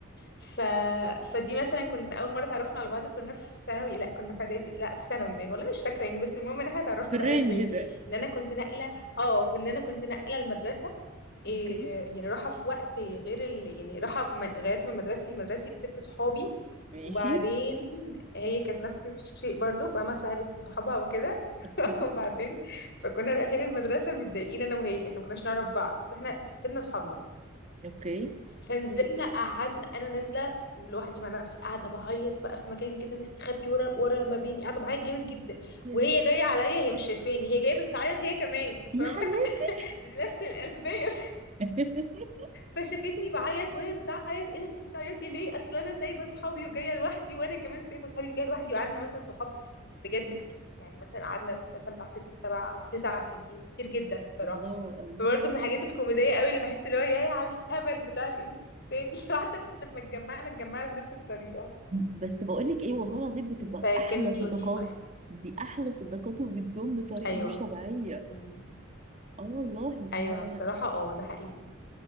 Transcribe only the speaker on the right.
في الرينج
ده
اوكي
ماشي
اوكي
اوكي
يا
روح
يا
حياتي
<laughs>
الله الله
بس بقول لك ايه والله العظيم بتبقى
احلى صداقات
دي احلى صداقات وبتدوم بطريقه
مش طبيعيه
اه والله لا
لا
لا